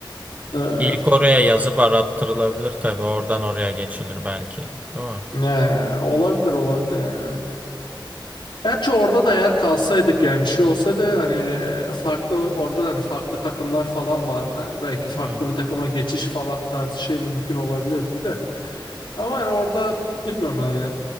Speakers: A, on the left (about 80°); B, on the right (about 15°).
A: Ee,
B: İlk oraya yazıp arattırılabilir tabii. Oradan oraya geçilir belki. Değil mi?
A: ne, olabilir olabilir yani, evet. Gerçi orada da eğer kalsaydık yani şey olsaydı hani farklı orada da hani farklı takımlar falan vardı. Hani belki farklı
B: Evet.
A: bir takıma geçiş falan tarzı şey mümkün olabilirdi de. Ama hani orada bilmiyorum hani